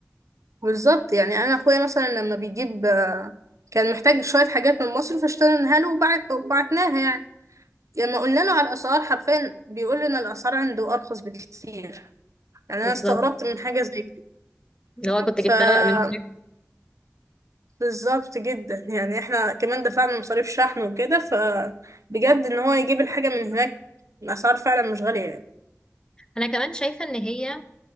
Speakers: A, on the right; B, on the left.
A: بالظبط يعني انا اخويا مثلا لما بيجيب آه، كان محتاج شويه حاجات من مصر فاشتريناها له وبعت وبعتناها يعني لما قلنا له على الاسعار حرفيا بيقول لنا الاسعار عنده ارخص بكتير يعني
B: بالظبط
A: انا استغربت من حاجه زي
B: اللي هو
A: كده
B: كنت جبتها بقى من هناك.
A: بالظبط جدا يعني احنا كمان دفعنا مصاريف شحن وكده فبجد ان هو يجيب الحاجة من هناك الأسعار فعلا مش غالية يعني
B: أنا كمان شايفة إن هي